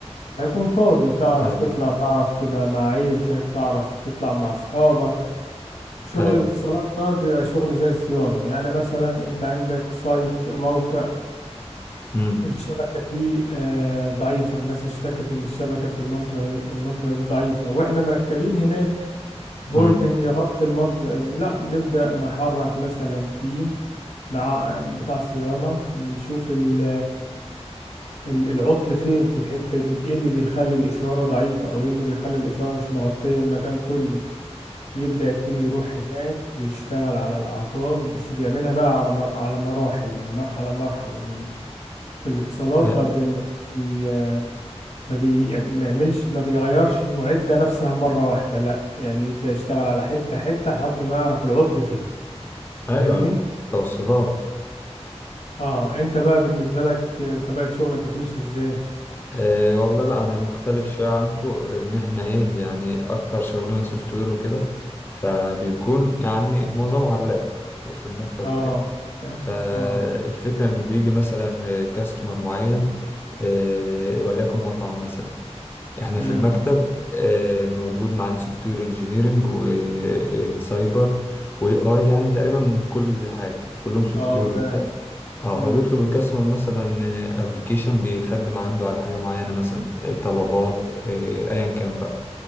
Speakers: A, on the left; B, on the left.
A: هيكون فاضي تعرف
B: اي
A: تطلع تعرف تبقى مع عيلتك تعرف تطلع مع اصحابك شغل
B: اي
A: الاتصالات ده بيبقى شغل زي صيانة يعني مثلا انت عندك سايت موقع
B: امم
A: الشبكة فيه آه، ضعيفة الناس اشتكت إن الشبكة في المنطقة المنطقة دي ضعيفة وإحنا مركبين هناك برج
B: امم
A: إن يغطي المنطقة دي لا نبدأ نحرك مثلا تيم نع- بتاع صيانة يشوف ال- ال- العطل فين في الحتة دي ايه اللي بيخلي الإشارة ضعيفة او ايه اللي بيخلي الإشارة مش مغطية المكان كله يبدأ التيم يروح هناك ويشتغل على الأعطال بس بيعملها بقى على م- على مراحل يعني مرحلة مرحلة في الاتصالات
B: آه،
A: ما بي ما بي ما بي- ما بيعملش ما بيغيرش المعدة نفسها مرة واحدة لا يعني يبدأ يشتغل على حتة حتة لحد ما يعرف العطل فين
B: ايوه
A: فاهمني
B: توصيلات
A: اه انت بقى بالنسبة لك آه، طبيعة شغلك بتمشي ازاي
B: آه والله لا انا مختلف شويه عنكو ان احنا ايه يعني اكتر شغلنا سوفت وير وكده فبيكون يعني معظمه على اللاب وفي المكتب
A: اه
B: وكده
A: فاهمك
B: فالفكره
A: اه
B: انه بيجي مثلا كاستمر معين آه وليكن مطعم مثلا احنا
A: امم
B: في المكتب آه، موجود معانا سوفت وير انجينيرنج وسايبر واي اي يعني تقريبا من كل حاجه كلهم سوفت
A: اه
B: وير
A: فاهم
B: وبتاع اه
A: امم
B: فبيطلب الكاستمر مثلا ابلكيشن بيخدم عنده على حاجه معينه مثلا آه، طلبات آه، ايا كان بقى